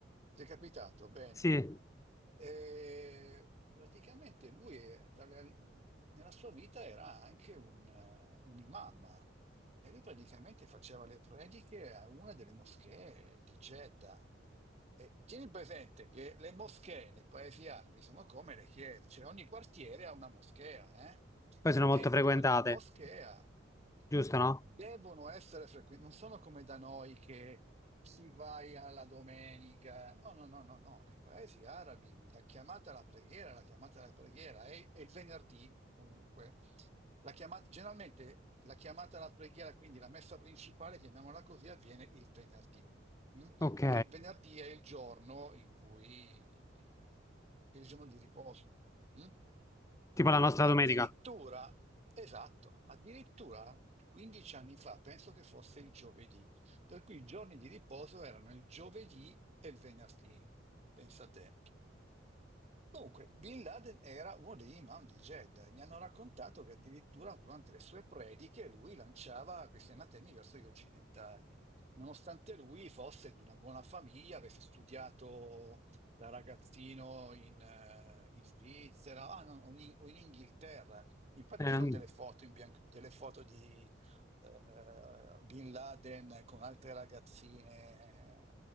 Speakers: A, on the right (about 35°); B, on the left (about 15°).
A: Ti è capitato? Bene.
B: Sì,
A: E praticamente lui, eh, tra le- nella sua vita, era anche un, eh, un imam e lui praticamente faceva le prediche a una delle moschee di Jeddah. E tieni presente che le moschee nei paesi arabi sono come le chiese, cioè ogni quartiere ha una moschea, eh?
B: poi sono
A: E
B: molto frequentate,
A: ogni moschea
B: giusto, no?
A: devono essere frequenti, non sono come da noi che si vai alla domenica. No, no, no, no, no. Nei paesi arabi la chiamata alla preghiera, la chiamata alla preghiera è, è il venerdì comunque. La chiamata, generalmente la chiamata alla preghiera, quindi la messa principale, chiamiamola così, avviene il venerdì. mm?
B: Ok,
A: Perché il venerdì è il giorno in cui è il giorno di riposo. mm?
B: tipo la nostra
A: Addirittura,
B: domenica,
A: esatto, addirittura 15 anni fa, penso che fosse il giovedì, per cui i giorni di riposo erano il giovedì e il venerdì, pensa te. Comunque, Bin Laden era uno degli imam di Jeddah e mi hanno raccontato che addirittura durante le sue prediche lui lanciava questi anatemi verso gli occidentali, nonostante lui fosse di una buona famiglia, avesse studiato da ragazzino in, eh, in Svizzera ah, no, o, in, o in Inghilterra. Infatti
B: Eh,
A: ci sono delle foto, in bianco- delle foto di eh, Bin Laden con altre ragazzine